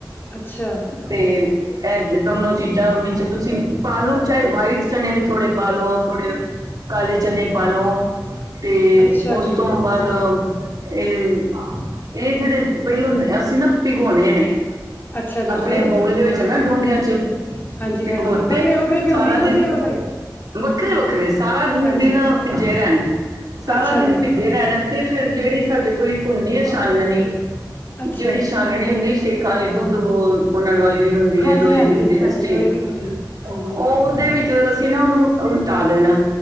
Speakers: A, on the left; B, on the right.
A: ਅੱਛਾ
B: ਤੇ ਐ ਦੋਨੋ ਚੀਜ਼ਾਂ ਵਿੱਚ ਤੁਸੀਂ ਪਾ ਲੋ ਚਾਹੇ ਵਾਈਟ ਚਨੇ ਵੀ ਥੋੜੇ ਪਾ ਲੋ ਥੋੜੇ ਕਾਲੇ ਚਨੇ ਪਾਲੋ ਤੇ
A: ਅੱਛਾ
B: ਉਸ
A: ਜੀ,
B: ਤੋਂ ਬਾਦ ਏ-ਏ ਜੇੜੇ ਪੈਲੋਂ ਅਸੀਂ ਨਾ ਭਿਗੋਨੇ ਨੇ।
A: ਅੱਛਾ ਜੀ,
B: ਆਪਣੇ
A: ਫੇਰ?
B: ਬਊਲ ਦੇ ਵਿੱਚ ਨਾ ਡੋਂਗਿਆਂ ਚ
A: ਹਾਂਜੀ-ਹਾਂਜੀ,
B: ਭਿਗੋ ਤੇ
A: ਵੱਖਰੇ-ਵੱਖਰੇ ਵੀ
B: ਸਾਰਾ
A: ਹੋਣੇ ਆ ਵੱਖਰੇ-ਵੱਖਰੇ,
B: ਦਿਨ ਵੱਖਰੇ-ਵੱਖਰੇ ਸਾਰਾ
A: ਹਾਂਜੀ,
B: ਦਿਨ ਭਿਜੇ ਰੇਨ ਸਾਰਾ
A: ਅੱਛਾ
B: ਦਿਨ
A: ਜੀ,
B: ਭੀਜੇ ਰਹਿਣ ਤੇ ਫੇਰ ਜੇੜੀ ਸਾਡੇ ਕੋਲ ਇੱਕ ਹੂੰਦੀ ਏ ਛਾਨਣੀ
A: ਅੱਛਾ
B: ਜੇੜੀ ਛਾਨਣੀ
A: ਜੀ,
B: ਹੁੰਦੀ ਛ ਤੇ ਖਾਲੀ ਦੂਧ ਪੂੰਨਣ ਵਾਲੀ ਵੀ ਹੁੰਦੀ
A: ਹਾਂਜੀ-ਹਾਂਜੀ,
B: ਐ ਲੋਹੇ ਦੀ ਹੁੰਦੀ
A: ਹਾਂਜੀ
B: ਨਾ
A: ਹਾਂਜੀ,
B: ਸਟੀਲ
A: ਲੋਹੇ ਦੀ ਹੁੰਦੀ ਏ, ਹਾਂਜੀ,
B: ਉ ਓਦੇ ਵਿੱ ਚ ਤੇ ਅਸੀਂ ਨਾ ਓਨੂੰ ਉਲਟਾ ਦੇਨਾ